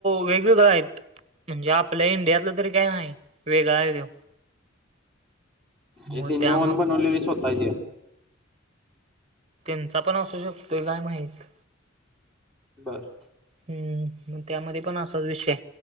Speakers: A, on the right; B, in the centre.
A: वेगवेगळं आहेतं म्हणजे आपल्या इंडियातलं तरी कायं नाहीं वेगळां आहे त्यो मग
B: इ ते
A: त्यामु
B: वन बनवलेली स्वंतः ची
A: त्यांचा पणं अंसू शकतोय कायं माहित
B: बरं
A: हम्म त्यामध्ये पण असाच विषय